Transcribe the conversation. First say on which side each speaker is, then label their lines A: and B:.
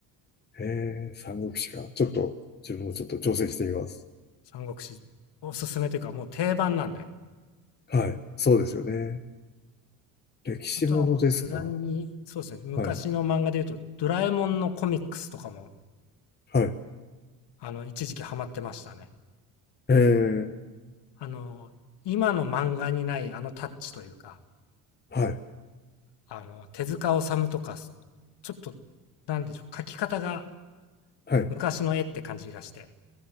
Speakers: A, on the left; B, on the left.
A: い。へえ、三国志か。ちょっと、自分もちょっと挑戦してみます。
B: 三国志おすすめというかもう定番なんで。
A: はい。そうですよね。歴史ものですか。
B: あとはまあ無難に、そうですね、昔の漫画で言うと、
A: はい。
B: ドラえもんのコミックスとかも、
A: はい。
B: あの、一時期ハマってましたね。
A: ええ、
B: あの、今の漫画にないあのタッチというか、
A: はい。
B: あの、手塚治虫とか、ちょっと、なんでしょう、描き方が
A: はい。
B: 昔の絵って感じがして、